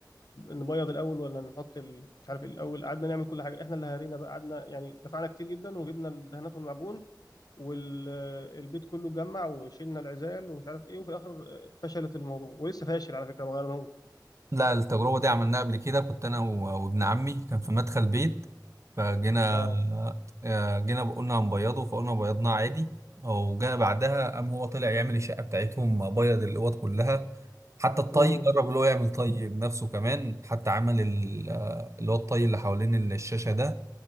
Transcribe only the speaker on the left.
نبيض الاول ولا نحط ال- مش عارف إيه الاول قعدنا نعمل كل حاجه احنا اللي هرينا بقى قعدنا يعني دفعنا كتير جدا وجبنا الدهانات والمعجون والبيت كله اتجمع وشيلنا العزال ومش عارف ايه وفي الاخر آه، فشلت الموضوع ولسه فاشل على فكره ما غيرناهوش
اه
امم